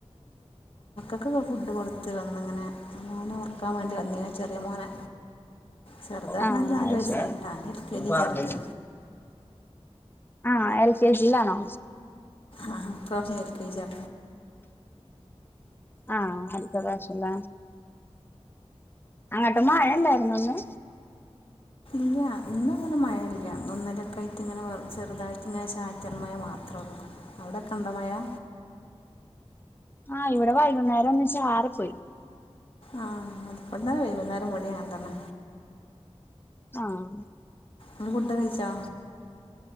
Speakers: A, on the left (about 55°); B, on the left (about 20°).
A: ക്ക്ക് ഫുഡ് കൊടുത്ത് വന്നിങ്ങനെ മോനെ ഓർക്കാൻ വേണ്ടി വന്ന ചെറിയ മോനെ ചെറുതറഞ്ഞാല്
B: ആഹ്
A: നാല്
B: അത്
A: വയസായിട്ടാ
B: ശരി
A: എൽ കെ ജി
B: <unintelligible>
A: ചേർത്ത്
B: ആഹ് എൽ കെ ജിലാണോ
A: ആഹ് ഇപ്രാവശ്യം എൽ കെ ജി യാ
B: ആഹ് അടുത്ത പ്രാവശ്യല്ലേ അങ്ങട്ട് മഴ ഇണ്ടായിരുന്നോ ഇന്ന്
A: ഇല്ല്യാ ഇന്നങ്ങനെ മ ല്ലാ <unintelligible> ഇങ്ങനെ ചെറുതായിട്ട് ഇങ്ങനെ ചാറ്റൽ മഴ മാത്രേ ഒള്ളൂ അവിടെക്കിണ്ട മയാ
B: ആഹ് ഇവിടെ വൈകുന്നേരം ഒന്ന് ചാറി പോയി
A: ആഹ് <unintelligible> തന്നെ വൈകുന്നേരം ഇവിടെയങ്ങനെ തന്നെ
B: ആഹ്
A: നീ ഫുഡ് കഴിച്ചോ